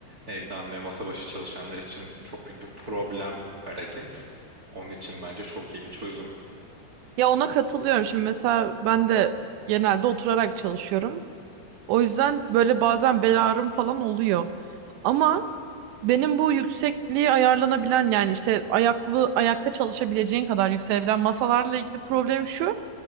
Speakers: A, on the right (about 35°); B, on the right (about 75°).
A: evden ve masa başı çalışanlar için çok büyük bir problem hareket. Onun için bence çok iyi bir çözüm.
B: Ya ona katılıyorum. Şimdi mesela ben de genelde oturarak çalışıyorum. O yüzden böyle bazen bel ağrım falan oluyor. Ama benim bu yüksekliği ayarlanabilen yani işte ayaklı ayakta çalışabileceğin kadar yükselebilen masalarla ilgili problem şu.